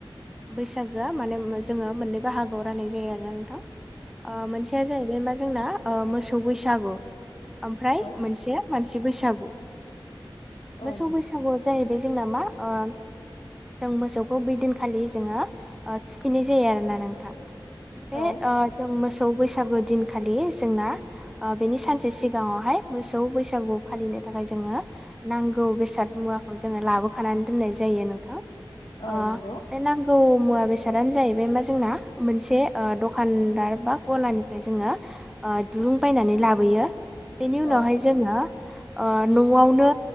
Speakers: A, in the centre; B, on the left (about 85°).
A: बैसागोआ माने जोङो मोननै बााहागोआव रायनाय जायो आरोना नोंथां ओ मोनसेया जाहैबाय मा ओ जोंना मोसौ बैसागु ओमफ्राय
B: औ
A: मोनसे बैसागु मोसौ
B: औ नंगौ
A: बैसागुआ जाहैबाय जोंना मा ओ जों मोसौखौ बै दिनखालि जोङो ओ थुखैनाय जायो आरोना नोंथां बे
B: औ
A: आ जों मोच मोसौ बैसागु दिनखालि जोंना बेनि सानसे सिगाङावहाय मोसौ बैसागु फालिनो नि थाखाय जोङो नांगौ बेसाद मुवाखौ जोङो लाबोखानानै दोननाय जायो नोंथां
B: औ
A: ओ
B: नंगौ
A: बे नांगौ मुवा बेसादानो जाहैबाय मा जोंना मोनसे ओ दखानदार बा गलानिफ्राय जोङो ओ दुरुं बायनानै लाबोयो बेनि उनावहाय
B: औ
A: जोङो ओ नआवनो